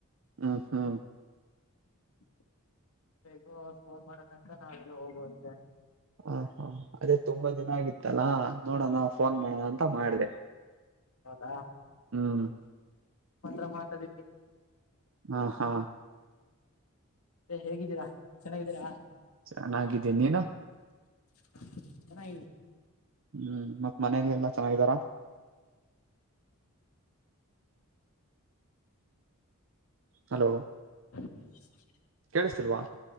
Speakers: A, on the right; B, on the left.
A: ಹ್ಮ ಹ್ಮ
B: <inaudible> ಸಗೋ ಫೋನ್ ಮಾಡ ತನಕ ನಾವೆಲ್ಲ ಹೋಗುವಂತೆ
A: ಹ ಹಾ ಅದೇ ತುಂಬಾ ದಿನ ಆಗಿತ್ತಲ್ಲಾ ನೋಡೋಣ ಫೋನ್ ಮಾಡೋಣ ಅಂತ ಮಾಡಿದೆ
B: ಹೌದಾ
A: ಹ್ಮ್
B: ಮಾತ್ರ ಮಾತಾಡ
A: ಹಾ ಹಾ
B: ಏ ಹೇಗಿದ್ದೀರಾ ಚೆನ್ನಾಗಿದ್ದೀರಾ
A: ಚೆನ್ನಾಗಿದ್ದೀನಿ ನೀನು
B: ಚ
A: ಹ್ಮ್ ಮತ್ತ್ ಮನೇಲಿ ಎಲ್ಲಾ ಚೆನ್ನಾಗಿದ್ದಾರ ಹಲೋ
B: ಹ
A: ಕಳಸಲ್ವಾ